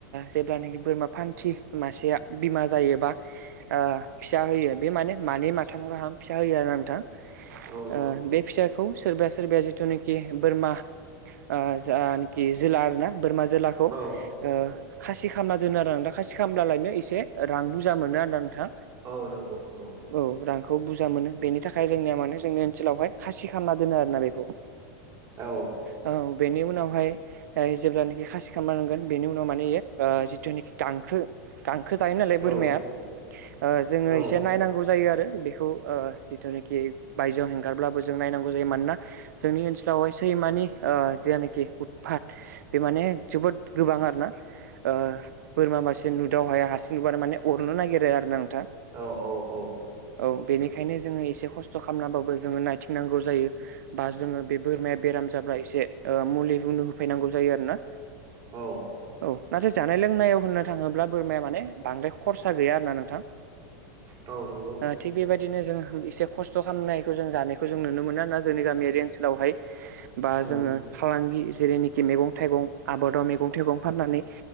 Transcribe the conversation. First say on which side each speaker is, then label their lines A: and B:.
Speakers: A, on the right; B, on the right.
A: जेब्लानोखि बोरमा फान्थि मासेया बिमा जायोबा ओ फिसा होयो, बे माने-मानै माथाम गाहाम फिसा होयो आरो ना नोंथां। बे
B: औ नंगौ
A: फिसा खौ सोरबाया-सोरबाया जिथुनोखि बोरमा ओ जानखि जोला आरो ना बोरमा जोलाखौ ओ
B: औ
A: खासि खामना दोनो आरो नोंथां खासि खालामब्ला लायनो एसे रां बुरजा मोनो आरो ना नोंथां,
B: औ नंगौ नंगौ
A: औ रांखौ बुरजा मोनो बेनि थाखाय जोंनिया माने जोंनि ओनसोलावहाय खासि खालामना दोनो आरो ना बेखौ।
B: औ
A: औ बेनि उनावहाय जाय जेब्लानोखि खासि खालामना दोनगोन बेनि उनाव माने यो जिथुनोखि हांखो खो जायो नालाय
B: औ
A: बोरमाया,
B: औ
A: ओ जोङो
B: औ
A: एसे नायनांगौ जायो आरो बेखौ ओ जिथुनोखि बि बायजोआव हेंगारब्लाबो जों नायनांगौ जायो मानोना, जोंनि ओनसोलावहाय सैमानि ओ जिआनोखि उदफात बे माने जोबोद गोबां आरो ना ओ बोरमा मासे नुदाव हाया हारसिं नुबा माने अरनो नागिरो आरो ना नोंथां
B: औ औ औ
A: औ बेनिखायनो जोङो एसे खस्थ' खामनाबाबो जोओ नायथिंनांगौ जायो बा जोङो बे बोरमाया बेराम जाब्ला एसे मुलि बुंनो होफैनांगौ जायो आरो ना
B: औ
A: <inaudible> औ नाथाय जानाय- लोंनायाव होननो थाङोब्ला बोरमाया माने बांद्राय खरसा गैया आरो ना नोंथां,
B: औ नंगौ
A: थिग बेबायदिनो जों एसे खस्थ' खामनायखौ जों जानायखौ जों नुनो मोना ना जोंनि गामियारि ओनसोलावहाय बा
B: उम
A: जोङो फालांगि जेरैनोखि मैगं-थाइगं, आबादाव मैगं- थाइगं फाननानै